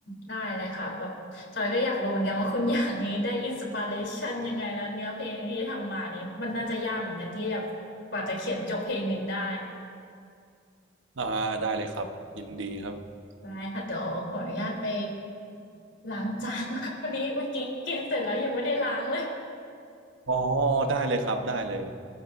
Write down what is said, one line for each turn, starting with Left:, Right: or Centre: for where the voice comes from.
Left: ได้เลยค่ะแบบจอยก็อยากรู้เหมือนกันว่าคุณอย่างนี้ได้อินสปิเรชันยังไงแล้วเนื้อเพลงที่ทำมานี้มันน่าจะยากเหมือนกันที่แบบกว่าจะเขียนจบเพลงหนึ่งได้
Right: อ่าได้เลยครับยินดีครับ
Left: ได้ค่ะเดี๋ยวขออนุญาตไปล้างจานก่อนวันนี้เมื่อกี้กินเสร็จแล้วยังไม่ได้ล้างเลย
Right: อ๋อได้เลยครับได้เลย